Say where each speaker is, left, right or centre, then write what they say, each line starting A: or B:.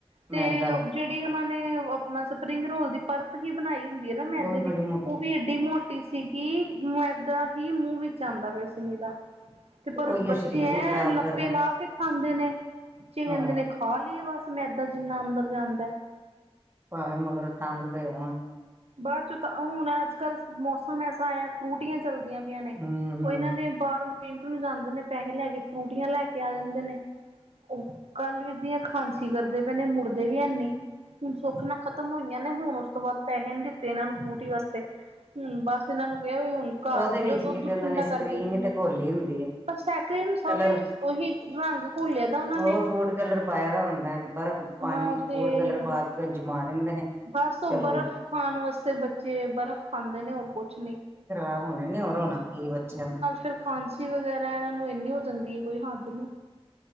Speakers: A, on the right; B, on the right.
A: ਤੇ
B: ਮੈਦਾ
A: ਜੇੜੀ ਓਨਾਂ ਨੇ ਆਪਣਾ ਸਪਰਿੰਗ ਰੋਲ ਦੀ ਪਰਤ ਹੀ ਬਣਾਈ ਹੁੰਦੀ ਏ ਨਾ ਮੈਦੇ
B: ਉਹ ਵੀ ਬੜੀ
A: ਦੀ,
B: ਮੋਟੀ
A: ਓ ਵੀ ਏਡੀ ਮੋਟੀ ਸੀਗੀ ਮ ਮੇਦਾਂ ਹੀ ਮੂੰਹ ਵਿੱਚ ਆਂਦਾ ਪਿਆ ਸੀ ਨਿਰਾ,
B: ਤੇ
A: ਪਰ
B: ਉਹੀਓ
A: ਬੱਚੇ
B: ਸਰੀਰ
A: ਐਂ
B: ਨੂੰ ਖ਼ਰਾਬ
A: ਲੱਪੇ
B: ਕਰਦਾ
A: ਲਾ ਕੇ ਖਾਂਦੇ ਨੇ। ਬੱਚੇ
B: ਹਾਂ
A: ਕੈਂਦੇ ਨੇ ਖਾ ਲੀਏ ਬਸ ਮੈਦਾਂ ਜਿੰਨਾ ਅੰਦਰ ਜਾਂਦਾ।
B: ਭਾਵੇਂ ਮਗਰੋਂ ਤੰਗ ਪਏ ਹੋਣ।
A: ਬਾਦ 'ਚ ਤਾਂ ਹੁਣ ਅੱਜ ਕੱਲ੍ਹ ਮੌਸਮ ਐਸਾ ਆਇਆ ਫਰੂਟੀਆਂ ਚਲਦੀਆਂ ਪਈਆਂ ਨੇ।
B: ਹੂੰ ਹੂੰ
A: ਓ ਏਨਾਂ ਨੇ ਪਾਰਕ ਨੂੰ ਜਾਂਦੇ ਨੇ ਪੈਹੇ ਲੈ ਕੇ ਫਰੂਟੀਆਂ ਲੈ ਕੇ ਆ ਜਾਂਦੇ ਨੇ। ਓ ਕੱਲ ਵੀ ਦੀਆਂ ਖਾਂਸੀ ਕਰਦੇ ਪਏ ਨੇ, ਮੁੜਦੇ ਵੀ ਹੈਨੀ। ਹੁਣ ਸੁੱਖ ਨਾਲ ਖਤਮ ਹੋਈਆਂ ਨੇ, ਹੁਣ ਉਸ ਤੋਂ ਬਾਦ ਹਿਣ ਦਿੱਤੇ ਏਨਾਂ ਨੂੰ ਫਰੂਟੀ ਵਸਤੇ, ਹੁਣ ਬਸ ਏਨਾਂ ਨੂੰ ਕਿਆ ਵੀ ਹੁਣ ਘਰ
B: ਓਦੇ
A: ਪੀ
B: ਵਿੱਚ
A: ਲਓ
B: ਵੀ
A: ਦੁੱਧ
B: ਤੇ ਓਨਾ
A: ਠੰਡਾ
B: ਨੇ ਸਕਰੀਨ
A: ਕਰਕੇ ਪੀਣਾ।
B: ਈ ਤੇ ਘੋਲੀ ਹੁੰਦੀ ਏ।
A: ਪਰ ਸੈਕਰੀ ਨੂੰ ਸਭ
B: ਕਲਰ,
A: ਉਹੀ ਰੰਗ ਘੋਲਿਆ ਦਾ ਉਹਨਾਂ
B: ਓ
A: ਨੇ।
B: ਫੂਡ ਕਲਰ ਪਾਇਆ ਦਾ ਹੁੰਦਾ, ਬਰਫ਼ ਪਾਣੀ
A: ਹਾਂ
B: ਵਿੱਚ
A: ਤੇ
B: ਫੂਡ ਕਲਰ ਪਾ ਕੇ ਤੇ ਓਨੂੰ ਜਮਾ ਦਿੰਦੇ ਨੇ।
A: ਬਸ ਓ
B: ਚਲੋ
A: ਬਰਫ਼
B: ਜੀ
A: ਖਾਣ ਵਸਤੇ ਬੱਚੇ ਬਰਫ਼ ਖਾਂਦੇ ਨੇ, ਹੋਰ ਕੁਛ ਨੀ।
B: ਅਰ ਹੋਣੇ ਨੇ, ਹੋਰ ਹੋਣਾ ਕੀ ਏ ਬੱਚਿਆਂ ਨੂੰ।
A: ਫਿਰ ਖਾਂਸੀ ਵਗੈਰਾ ਏਨਾਂ ਨੂੰ ਏਨੀ ਹੋ ਜਾਂਦੀ ਏ ਕੋਈ ਹੱਦ ਨ੍ਹੀ।